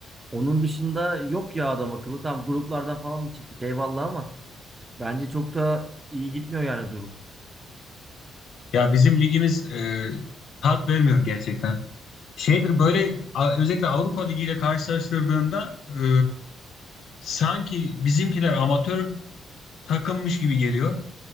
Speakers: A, on the right; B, on the left.
A: Onun dışında yok ya adam akıllı. Tam gruplardan falan da çıktık eyvallah ama bence çok da iyi gitmiyor yani durum.
B: Ya bizim ligimiz e, tat vermiyor gerçekten. Şeydir böyle a- özellikle Avrupa Ligi ile karşılaştırdığında e, sanki bizimkiler amatör takımmış gibi geliyor.